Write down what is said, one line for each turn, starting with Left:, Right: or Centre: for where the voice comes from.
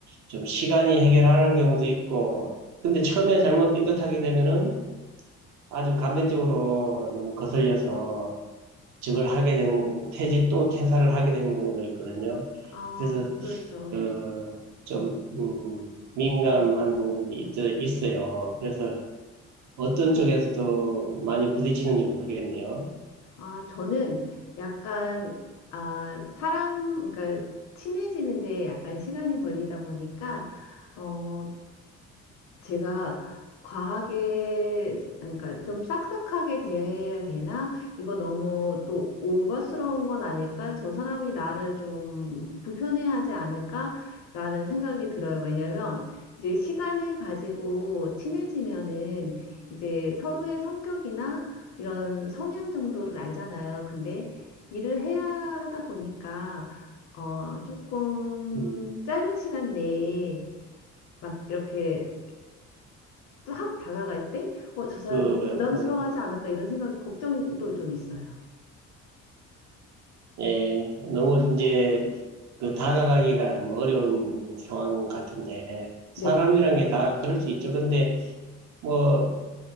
Right: 좀 시간이 해결하는 경우도 있고 근데 처음에 잘못 삐끗하게 되면은 아주 감정적으로 너무 거슬려서 저걸 하게 되는 거- 퇴직 또 퇴사를 하게 되는 경우도 있거든요.
Left: 아,
Right: 그래서
Left: 그렇죠.
Right: 어, 좀 음, 민감한 부분이 있, 있어요. 그래서 어떤 쪽에서도 많이 부딪히는지 모르겠네요.
Left: 아, 저는 약간, 아, 사람, 그러니까 친해지는데 약간 시간이 걸리다 보니까, 어, 제가 과하게 그러니까 좀 싹싹하게 대해야 되나? 이거 너무 또 오버스러운 건 아닐까? 저 사람이 나를 좀 불편해하지 않을까라는 생각이 들어요. 왜냐면 이제 시간을 가지고 친해지면은 이제 서로의 성격이나 이런 성향 정도를 알잖아요. 근데 일을 해야 하다 보니까 어 조금
Right: 음.
Left: 짧은 시간 내에 막 이렇게 또 확 다가갈 때, 어, 저 사람이
Right: 그, 어,
Left: 좀 부담스러워하지 않을까 이런 생각, 걱정도 좀 있어요.
Right: 예, 너무 이제 그 다가가기가 뭐 어려운 상황 같은데,
Left: 네,
Right: 사람이란 게 다 그럴 수 있죠. 근데 뭐